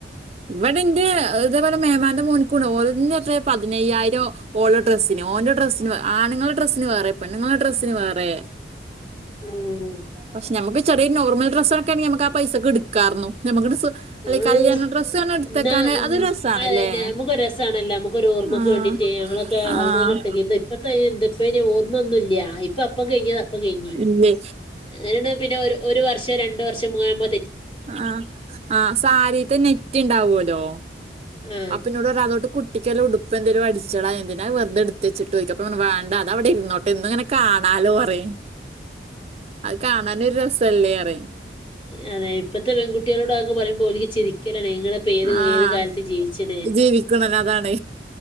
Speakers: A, on the right; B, on the left.
A: ഇവിടെന്റെ ഇതേപോലെ മേമാന്റെ മോനിക്കുണ്ട് ഓലന്നെ എത്ര പതിനയ്യായിരോ ഓളെ ഡ്രസ്സിന് ഓന്റെ ഡ്രസ്സിന് ആണുങ്ങളുടെ ഡ്രസ്സിന് വേറെ പെണ്ണുങ്ങളുടെ ഡ്രസ്സിന് വേറെ
B: ഊം
A: പക്ഷെ നമുക്ക് ചെറിയ നോർമൽ ഡ്രസ്സൊക്കെെണെങ്കി നമുക്ക് ആ പൈസക്ക്‌ എടുക്കാരുന്നു നമ്മുക്ക് ഡ്രസ്സ് അല്ലെ
B: ഉം
A: കല്യാണ ഡ്രസ്സ് പറഞ്ഞ എടുത്തേക്കാന്
B: ന്നാ
A: അത് രസാണല്ലേ
B: അയന്നെ നമുക്ക് ഒര് രസാണല്ലാം നമുക്ക്ഒരു ഓർമ്മക്ക്
A: ആഹ്
B: വേണ്ടിട്ടേ ഞങ്ങളൊ ക്ക്‌
A: ആഹ്
B: അമ്മക്ക്‌ തരിത് ഇപ്പത്തെ ഈ ഇത് ഇപ്പഅയിന് ഓർമ്മൊന്നുല്ല ഇപ്പ അപ്പ കഴിഞ്ഞത് അപ്പ കഴിഞ്ഞി
A: ഇമ്മേ
B: അങ്ങനേണെ പിന്നെ ഒര് ഒരു വർഷേ രണ്ട് വർഷേ <unintelligible> ആമ്പൊ
A: ആഹ് ആഹ് സാരീത്തെ നെറ്റ്ണ്ടാവോല്ലോ
B: ആഹ്
A: അപ്പൊ ഇന്നോട് പറ അതോട്ട് കുട്ടിക്ക്‌ വല്ല ഉടുപ്പന്തെലും അടിച്ചളാ എന്തിനാ വെർതെ എടുത്തെച്ചിട്ടോയ്ക്ക അപ്പ പർഞ്ഞു വേണ്ട അതവിടെ ഇരുന്നോട്ട് എന്നുംങ്ങനെ കാണാലോ പറയു അത് കാണാനും ഒരു രസല്ലേ അറയു
B: അതെ ഇപ്പത്തെ പെൺകുട്ടികളോട് അതൊക്കെ പറയുമ്പോ ഓല്ക്ക് ചിരിക്കലാണേ ഇങ്ങള് ഇപ്പൊ ഏത്
A: ആഹ്
B: ഏത് കാലത്ത് ജീവിച്ച്ണ്
A: ജീവിക്കണല്ലോ അതാണ്